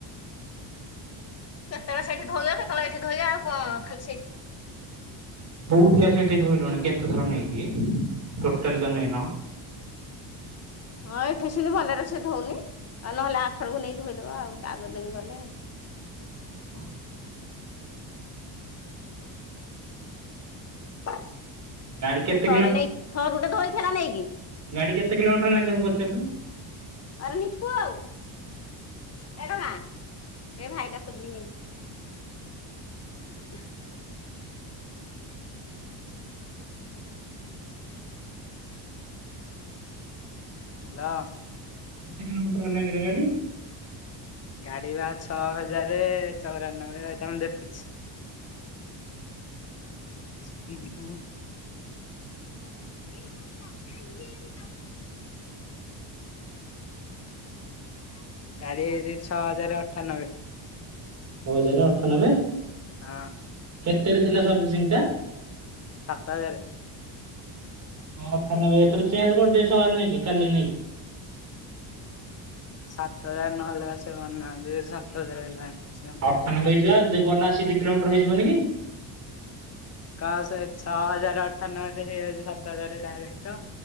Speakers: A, on the left; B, on the right.
A: କେତେବେଳେ ସେଠି ଧୋଇବ କେତେବେଳେ ଏଇଠି ଧୋଇଆ ଆଉ କଣ ଖାଲି ସେଇଠି।
B: କୋଠିଆ ସେଇଠି ଧୋଇଲଣି କେତେଥର ନେଇକି ଟୋଟାଲଲି ତ ନେଇନ।
A: ହଁ ଏଠି ସେମିତି ଭଲରେ ସେଏ ଧଉନି ଆଉ ନହେଲେ ଆଥରକୁ ନେଇକି ଧୋଇଦବା ଆଉ ଆଗଦିନ ଗଲେଉ।
B: <inaudible>
A: ଥରେ
B: ଗାଡି କେତେ
A: ନେଇଚି ଥରୁଟେ ଧୋଇଥିଲା ନେଇକି।
B: ଗାଡ଼ି କେତେକିଲୋମୀଟର ହେଲାଣି ତାକୁ ପଚାରିଲୁ।
A: ଆରେ ନିପୁ ଏ ଟୋକା ଏ ଭାଇ ଡାକୁଛି ନେ <inaudible> ହ୍ୟାଲୋ।
B: କେତେ କିଲୋଟର ହେଲାଙ୍କିର ଗାଡି।
A: ଗାଡି ବା ଛଅ ହଜାର ଚଉରାନବେରେ ରହିଥା ମୁଁ ଦେଖୁଛି। <inaudible> <inaudible> ଗାଡି ହେଇଛି ଛଅ ହଜାର ଅଠାନବେ।
B: ଛଅ ହଜାର ଅଠାନବେ।
A: ହଁ।
B: କେତେରେ ଥିଲା ସର୍ଭିସିଂ ଟା?
A: ସାତ ହଜାର।
B: ହଁ ଅଠାନବେ ଏଥର ଚେଞ୍ କରିଦେ ସାର ନେଇକି କାଲି ନେଇକି।
A: ସାତ ହଜାର ନହେଲେ ପା ସେ ମନା କରିଛି କହିଛି ସାତ ହଜାର ହେଲେ ଆଣିକି ଆସିବ।
B: ଅଠାନବେ ହେଇଚିବା ଗଲା ଆସିକ ଦି କିଲୋମିଟର ହେଇଯିବନି କି?
A: କଣ ସେ ଛଅ ହଜାର ଅଠାନବେରେ ହେଇଯାଉଛି ସାତ ହଜାର ଡାଇରେକ୍ଟ।